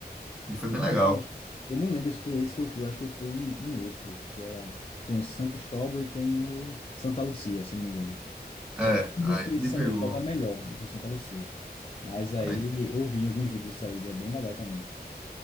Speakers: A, in the centre; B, on the left.
A: e foi bem legal.
B: Rapaz, eu não lembro se foi esse que eu fui, eu acho que eu fui em, em outro, que era, tem o São Cristóvão e tem o Santa Lucia, se não me engano.
A: É,
B: Dizem
A: aí
B: que
A: tu
B: esse
A: me
B: São
A: pegou.
B: Cristóvão é melhor do que o Santa Lucia, mas aí
A: Aí tu-
B: eu vi alguns vídeos disso aí, é bem legal também.